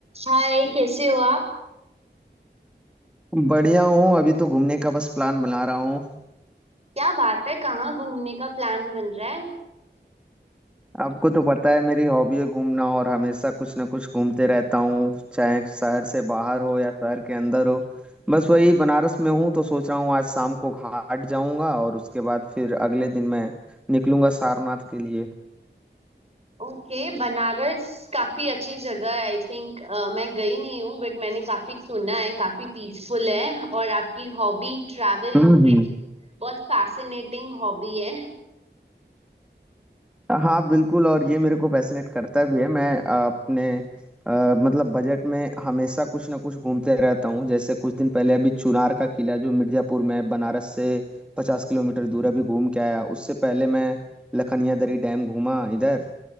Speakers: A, on the right; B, in the centre.
A: हाय कैसे हो आप
B: बढ़िया हूँ अभी तो घूमने का बस प्लान बना रहा हूँ
A: क्या बात है कहाँ घूमने का प्लान बन रहा है
B: आपको तो पता है मेरी हॉबी है घूमना और हमेशा कुछ ना कुछ घूमते रहता हूँ चाहे शहर से बाहर हो या शहर के अंदर हो बस वही बनारस में हूँ तो सोच रहा हूँ आज शाम को घाट जाऊंगा और उसके बाद फिर अगले दिन मैं निकलूंगा सारनाथ के लिए
A: ओके बनारस काफी अच्छी जगह है आई थिंक मैं गई नहीं हूँ बट मैंने काफी सुना है काफी पीसफुल है और आपकी हॉबी ट्रैवल
B: हम्म हम्म।
A: बहुत फैसिनेटिंग हॉबी है
B: हाँ बिल्कुल और ये मेरे को पैसिनेट करता भी है मैं अ, अपने अ, मतलब बजट में हमेशा कुछ ना कुछ घूमते रहता हूँ जैसे कुछ दिन पहले अभी चुनार का किला जो मिर्जापुर में है, बनारस से पचास किलोमीटर दूर अभी घूम के आया उससे पहले मैं लखनिया दरी डैम घूमा इधर